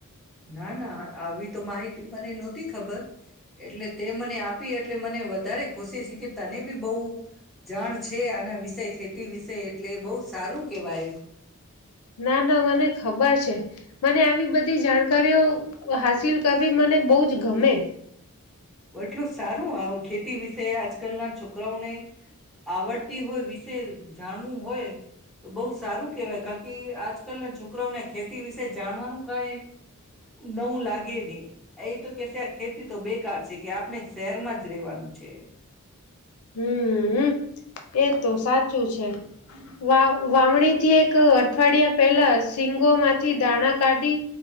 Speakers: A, in the centre; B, on the left (about 85°).
A: ના ના આવી તો માહિતી મને નહોતી ખબર. એટલે તે મને આપી એ એટલે મને વધારે ખુશી છે કે તને બી બહુ. જાણ છે આના વિષય ખેતી વિ તે એટલે બહુ સારું કેવાય.
B: ના ના મને ખબર છે મને આવી બધી જાણકારીઓ હાસિલ કરવી મને બહુ જ ગમે.
A: એટલું સારું ખેતી વિશે આજકાલના છોકરાઓને આવડતી હોય વિશે જાણવું હોય તો બહુ સારું કેહેવાય કારકી આજકાલના છોકરાઓને ખેતી વિશે જાણવાનું કહે નવું લાગે ને. એ તો કેશે આ ખેતી તો બેકાર છે. કે આપણે શહેરમાં જ રેવાનું છે.
B: હમ્મ હમ્મ એ તો સાચું છે. વા વાવણીથી એક અઠવાડિયા પહેલા સિંગોમાંથી દાણા કાઢી